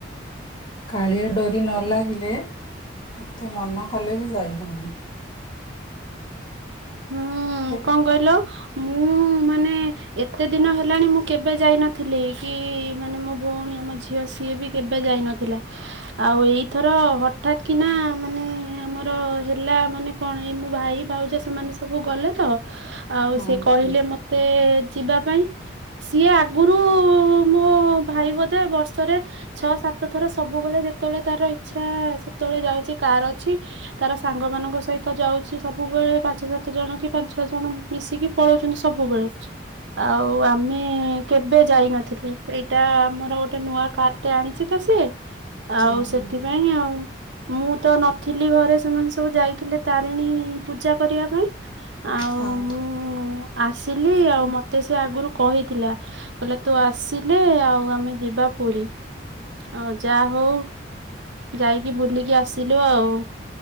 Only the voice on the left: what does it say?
କାଳିଆ ଡୋ଼ରୀ ନ ଲାଗିଲେ ଯେତେ ମନ କଲେ ବି ଯାଇ ହଉନି।
କେ-
ହଁ
ହଁ
ହୁଁ
ହୁଁ
ହଁ